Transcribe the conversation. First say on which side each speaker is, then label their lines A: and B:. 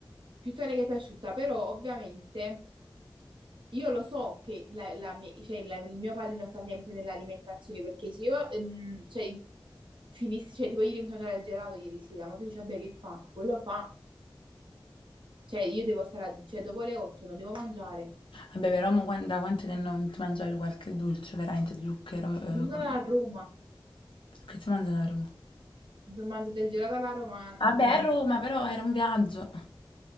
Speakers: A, on the right (about 65°); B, on the left (about 65°).
A: più tonica e più asciutta, però ovviamente io lo so che la- la mi- cioè, la- il mio pallino sta sempre nell'alimentazione perché se io ehm, cioè, finissi, cioè tipo ieri mi sono mangiato il gelato ieri sera, ma tu dici vabbè che fa? Quello fa, cioè io devo stare, a- cioè dopo le 8 non devo mangiare,
B: Vabbè, però mo quan- da quanto che non ti mangiavi qualche dolce, veramente zucchero? eh,
A: io sono
B: col-
A: a Roma,
B: Che ti mangiano a Roma?
A: mi sono mangiato il gelato alla romana,
B: Vabbè,
A: mi sono
B: a
A: mangiato
B: Roma però era un viaggio.